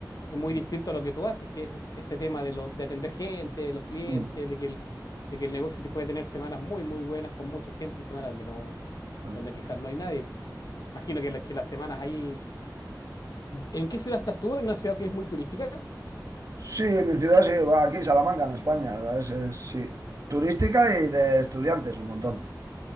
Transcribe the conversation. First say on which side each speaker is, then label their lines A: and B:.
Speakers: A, on the left (about 55°); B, on the right (about 50°).
A: es muy
B: mm,
A: distinto a lo que tú haces, que es este tema de, lo, de atender gente, de los clientes,
B: mm,
A: de que, el, de que el negocio te puede tener semanas muy, muy buenas con mucha gente y semanas donde, no,
B: mm.
A: donde quizás no hay nadie. Imagino que, la, que las semanas ahí... ¿En qué ciudad estás tú? ¿En una ciudad que es muy turística?
B: Sí, mi ciudad sí, va aquí, Salamanca, en España. o sea, Es, es, sí, turística y de estudiantes, un montón.